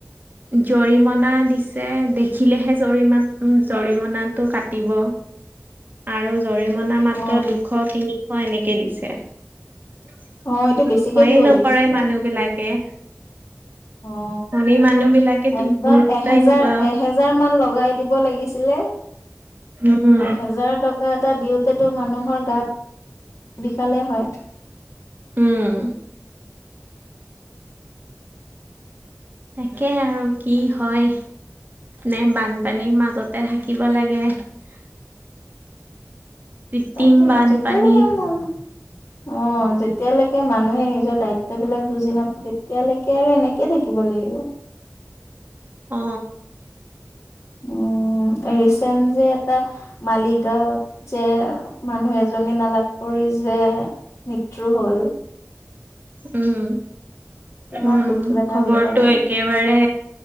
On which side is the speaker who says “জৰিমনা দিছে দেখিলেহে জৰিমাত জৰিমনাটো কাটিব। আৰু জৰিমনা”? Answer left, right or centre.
Right